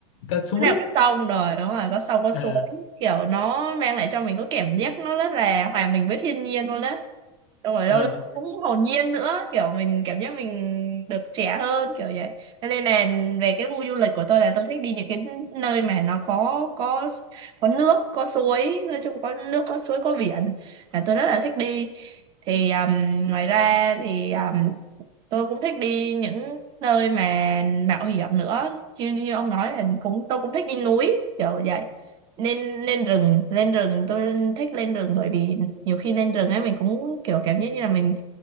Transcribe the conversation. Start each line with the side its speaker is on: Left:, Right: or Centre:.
Left: cái suối
Right: cái nào có sông rồi đúng rồi có sông có suối
Left: Ờ,
Right: kiểu nó mang lại cho mình có cảm giác nó rất là hòa mình với thiên nhiên luôn đó đúng rồi
Left: ờ,
Right: đâu cũng hồn nhiên nữa kiểu mình cảm giác mình được trẻ hơn kiểu vậy Cho nên là về cái gu du lịch của tôi là tôi thích đi những cái nơi mà nó có có có nước có suối nói chung có nước có suối có biển là tôi rất là thích đi thì um, ngoài ra thì um, tôi cũng thích đi những nơi mà mạo hiểm nữa chứ như ông nói là cũng tôi cũng thích đi núi kiểu vậy nên lên rừng lên rừng tôi thích lên rừng bởi vì nhiều khi lên rừng ấy mình cũng kiểu cảm giác như là mình